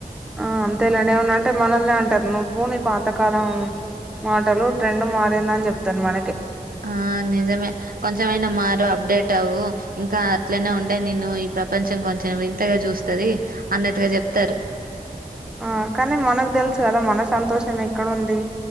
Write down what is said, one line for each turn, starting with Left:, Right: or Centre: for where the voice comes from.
Centre: ఆ అంతేలేండి ఏమన్నా అంటే మనల్నే అంటరు నువ్వు నీ పాతకాలం మాటలు ట్రెండ్ మారిందని చెప్తరు మనకే.
Right: ఆ నిజమే. కొంచమైనా మారు అప్డేట్ అవ్వు ఇంకా అట్లనే ఉంటే నిన్ను ఈ ప్రపంచం కొంచెం వింతగా చూస్ స్తది అన్నట్టుగా చెప్తరు.
Centre: ఆ కానీ మనకు తెలుసు కదా మన సంతోషం ఎక్కడ ఉంది.